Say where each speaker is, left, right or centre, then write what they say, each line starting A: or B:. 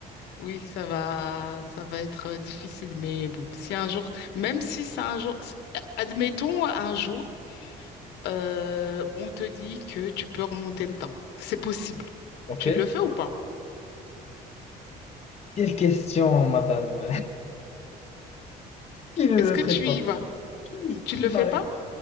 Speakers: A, on the left; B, on the left.
A: Oui, ça va, ça va être euh, difficile, mais bon, si un jour, même si c'est un jour, si- admettons un jour, euh, on te dit que tu peux remonter le temps. C'est possible.
B: Ok.
A: Tu le fais ou pas?
B: Quelle question, madame? <laughs> Qui ne
A: Est-ce
B: le
A: que
B: ferait
A: tu
B: pas?
A: y vas?
B: Qui,
A: Tu
B: qui
A: le
B: va
A: fais
B: répondre?
A: pas?